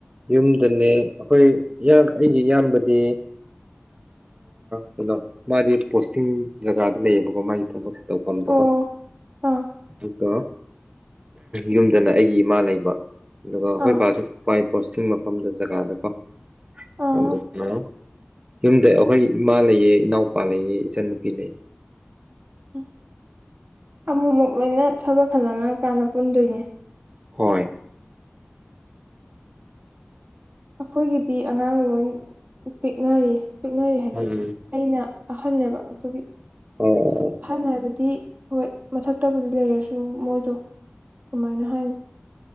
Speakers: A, on the right; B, on the right.
A: ꯌꯨꯝꯗꯅꯦ ꯑꯩꯈꯣꯏ ꯑꯩꯒꯤ ꯏꯌꯥꯝꯕꯗꯤ ꯀꯩꯅꯣ ꯃꯥꯗꯤ ꯄꯣꯁꯇꯤꯡ ꯖꯒꯥꯗ ꯂꯩꯌꯦꯕꯀꯣ ꯃꯥꯒꯤ ꯊꯕꯛ ꯇꯧꯐꯝꯗꯕꯣ
B: ꯑꯣ ꯑꯥ
A: ꯑꯗꯨꯒ ꯌꯨꯝꯗꯅ ꯑꯩꯒꯤ ꯏꯃꯥ ꯂꯩꯕ ꯑꯗꯨꯒ ꯑꯩꯈꯣꯏ
B: ꯑꯥ
A: ꯏꯄꯥꯁꯨ ꯃꯥꯏ ꯄꯣꯁꯇꯤꯡ ꯃꯐꯝꯗ ꯖꯒꯥꯗꯀꯣ
B: ꯑꯥ
A: ꯑꯗꯨꯅ ꯌꯨꯝꯗ ꯑꯩꯈꯣꯏ ꯏꯃꯥ ꯂꯩꯌꯦ ꯏꯅꯥꯎꯄꯥ ꯂꯩꯌꯦ ꯏꯆꯟꯅꯨꯄꯤ ꯂꯩꯌꯦ꯫
B: ꯎꯝ ꯑꯃꯨꯛꯃꯨꯛ ꯂꯣꯏꯅ ꯊꯕꯛ ꯍꯟꯅꯔꯛꯑ ꯀꯥꯟꯗ ꯄꯨꯟꯗꯣꯏꯅꯦ꯫
A: ꯍꯣꯏ꯫
B: ꯑꯈꯣꯏꯒꯤꯗꯤ ꯑꯉꯥꯡ ꯂꯣꯏ ꯄꯤꯛꯅꯔꯤ ꯄꯤꯛꯅꯔꯤ ꯍꯥꯏꯗꯤ
A: ꯎꯝ
B: ꯑꯩꯅ ꯑꯍꯅꯦꯕ ꯑꯗꯨꯒꯤ꯫
A: ꯑꯣ ꯑꯣ ꯑꯣ꯫
B: ꯑꯍꯟ ꯍꯥꯏꯕꯗꯤ ꯍꯣꯏ ꯃꯊꯛꯇꯕꯨꯗꯤ ꯂꯩꯔꯁꯨ ꯃꯣꯏꯗꯣ ꯀꯃꯥꯏꯅ ꯍꯥꯏꯅꯤ